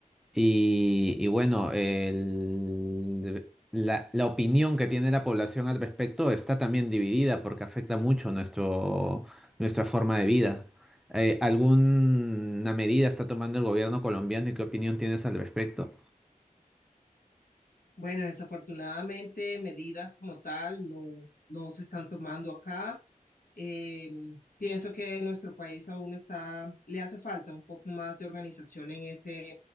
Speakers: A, in the centre; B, on the left.
A: Y, y bueno, el- la, la opinión que tiene la población al respecto está también dividida porque afecta mucho nuestro, nuestra forma de vida. Eh, ¿alguna medida está tomando el gobierno colombiano y qué opinión tienes al respecto?
B: Bueno, desafortunadamente medidas como tal no, no se están tomando acá. Eh, pienso que nuestro país aún está, le hace falta un poco más de organización en ese,